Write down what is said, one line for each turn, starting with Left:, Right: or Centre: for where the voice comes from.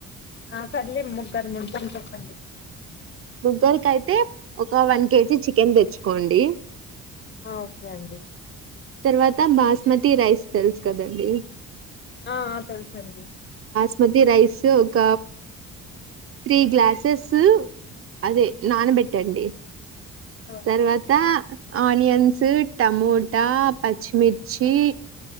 Left: ఆ సర్లే ముగ్గరు ముగ్గురు మందం చెప్పండి.
Right: ముగ్గురి కయితే ఒక వన్ కేజీ చికెన్ తెచ్చుకోండి.
Left: ఆ ఓకే అండి.
Right: తర్వాత బాస్మతి రైస్ తెలుసు కదండి.
Left: ఆ తెలుసండి.
Right: కొద్దిగ రైస్ ఒక. త్రీ గ్లాసెస్ అదే నానబెట్టండి.
Left: ఆ
Right: తర్వాత ఆనియన్స్ టమోటా పచ్చిమిర్. వచ్చి,